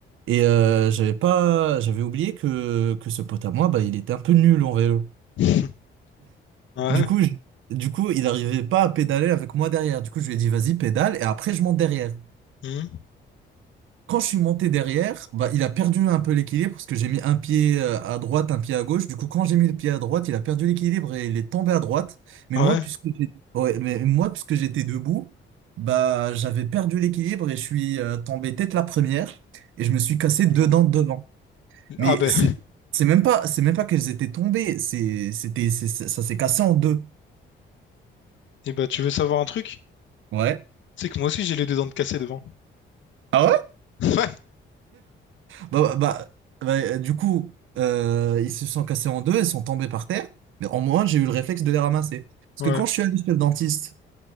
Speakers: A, on the right; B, on the left.
A: euh, j'avais pas, j'avais oublié que, que ce pote à moi, bah, il était un peu nul en vélo.
B: <laughs> Ouais.
A: Du coup, je- du coup, il arrivait pas à pédaler avec moi derrière. Du coup, je lui ai dit vas-y, pédale et après je monte derrière.
B: hmm,
A: Quand je suis monté derrière, bah, il a perdu un peu l'équilibre parce que j'ai mis un pied euh, à droite, un pied à gauche. Du coup, quand j'ai mis le pied à droite, il a perdu l'équilibre et il est tombé à droite. Mais
B: Ouais.
A: moi, puisque j'ai- ouais, mais moi, puisque j'étais debout, bah, j'avais perdu l'équilibre et je suis euh, tombé tête la première et je me suis cassé deux
B: Non.
A: dents de devant. Mais
B: Ah ben,
A: c'est c'est même pas c'est même pas qu'elles étaient tombées, c'est c'était c'est- ça s'est cassé en deux.
B: et ben, tu veux savoir un truc?
A: Ouais.
B: C'est que moi aussi, j'ai les deux dents de cassé devant.
A: Ah ouais?
B: <laughs> Ouais.
A: Bah, bah, bah, bah, euh, du coup, euh, ils se sont cassés en deux, ils sont tombés par terre, mais en moins j'ai eu le réflexe de les ramasser. Parce
B: Ouais.
A: que quand je suis allé chez le dentiste